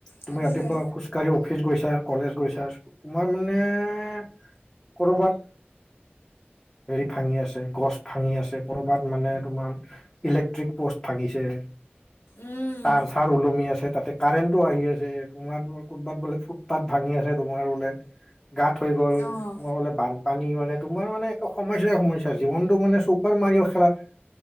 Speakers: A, on the left; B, on the left.
A: তুমি
B: সেইটোৱে
A: ৰাতিপুৱা খোজ কাঢ়ি অফিচ গৈছা কলেজ গৈছা, তোমাৰ মানে- কৰবাত- হেৰি ভাঙি আছে গছ ভাঙি আছে কৰবাত মানে তোমাৰ- ইলেক্ট্ৰিক পোষ্ট ভাঙিছে,
B: উম
A: তাৰ চাৰ ওলমি আছে তাতে কাৰেণ্টও আহি আ- তোমাৰ ক'বাত বোলে ফুটপাট ভাঙি আছে তোমাৰ বোলে। গাত হৈ গ'ল,
B: অঁ
A: সোমাবলে বান্ধ- পানী মানে তোমাৰ মানে একো সমস্যাই সমস্যা জীৱনটো মানে চুপাৰ মাৰি অ খেলা-